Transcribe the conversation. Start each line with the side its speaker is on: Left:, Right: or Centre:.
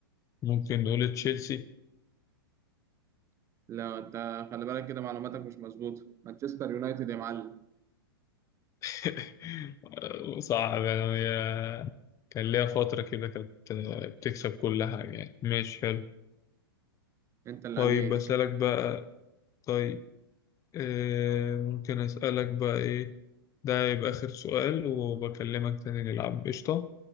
Left: ممكن نقول تشيلسي
Right: لا أنت خلي بالك كده معلوماتك مش مظبوطة مانشستر يونايتد يا معلم
Left: <laughs> صعب يعني هي كان ليها فترة كده كانت بتكسب كل حاجة يعني ماشي حلو
Right: أنت اللي
Left: طيب
Right: عليك
Left: أسألك بقى طيب آه ممكن أسألك بقى إيه ده يبقى آخر سؤال وبكلمك تاني نلعب قشطة